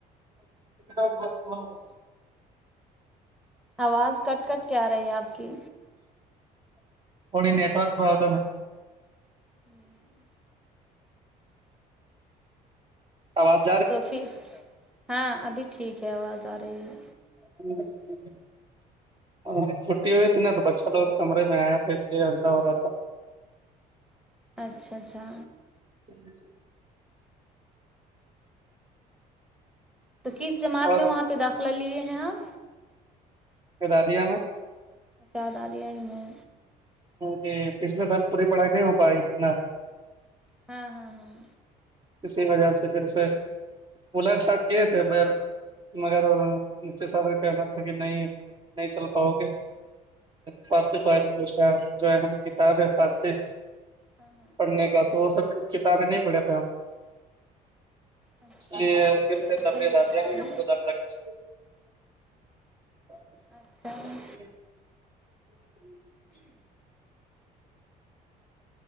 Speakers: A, on the right (about 30°); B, in the centre.
A: ہ <unintelligible>
B: آواز کٹ کٹ کیا رہی ہے آپ کی
A: کونی نیٹورک پروبلم
B: ہوں <unintelligible>
A: سوات <unintelligible>
B: تو پھر ہاں ابھی ٹھیک ہے آواز آ رہی ہے
A: ہ <unintelligible> ہ چھٹی ہوئی تھی نا تو بچہ لوگ کمرے میں آیا تھا اس لیے ہڈا ہو رہا تھا
B: اچھا اچھا
A: جی <unintelligible>
B: تو کس جماعت
A: اور
B: میں وہاں پہ داخلہ لیے ہیں آپ
A: کے دادیا میں <unintelligible>
B: اچاد آ لیا ہی میں
A: جی پچھلے سال پوری پڑھائی نہیں ہو پائےی فی الحال
B: ہاں ہاں ہاں
A: اسی وجہ سے پھر اسے اولا اسٹارٹ کیے تھے بیر مگر مفتی صاحب کا کہنا تھا کہ نہیں نہیں چل پاؤ گے فارسی کا <unintelligible> جو اہم کتاب ہے فارسی
B: ہاں
A: پڑھنے کا تو وہ سب کتابیں نہیں پڑھے تھے ہم
B: ہاں
A: اس لیے پھر سے
B: اچھا
A: دردے دادیا بھی ہم کو دردہ کرتی ہے ہچ
B: اچھا
A: <unintelligible>